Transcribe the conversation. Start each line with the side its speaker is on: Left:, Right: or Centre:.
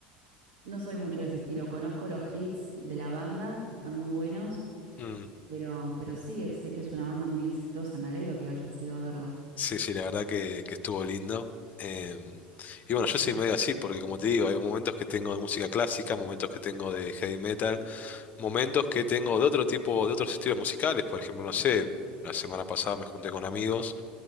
Right: No soy mucho de ese estilo. Conozco los hits de la banda, que están muy buenos,
Left: Mm,
Right: pero, pero sí, sé que es una banda muy exitosa. Me alegro que hayas ido a verla.
Left: Sí, sí, la verdad que, que estuvo lindo. Em, y bueno, yo soy medio así, porque como te digo, hay momentos que tengo de música clásica, momentos que tengo de heavy metal, momentos que tengo de otro tipo, de otros estilos musicales. Por ejemplo, no sé, la semana pasada me junté con amigos.